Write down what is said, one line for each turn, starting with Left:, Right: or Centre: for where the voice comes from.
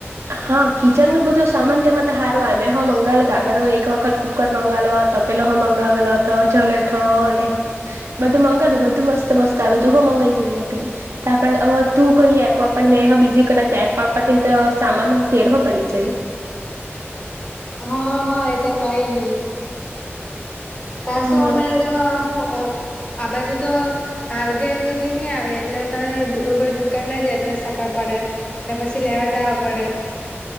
Right: હા કિચનનું બધું સામાન તેમાં તો સારું આવે મેં હો મંગાવેલુ તો આગળ હો એક હો વખત કુકર મંગાવલો તપેલો હો મંગાવલો હતો જલેઠો ને બધું મંગાવલુ બધું મસ્ત મસ્ત આલુ તું હો મંગાઈ જોજે અવે તું કઈ એપ વાપરે ને મેં હો બીજી કદાચ એપ પાપરતી તો સામાનો ફેર હો પડી જાય.
Left: હ હ એ તો કઈ ની. પાસું
Right: હા
Left: અમારે તો હું અ આ બાજુ તો આ ઘેર હોધી ની આવે એટલે તહીં દુ ઉભું દુ દુકાનના જ અડ્ર્સ આપવા પડે તો પસી લેવા જાવા પડે.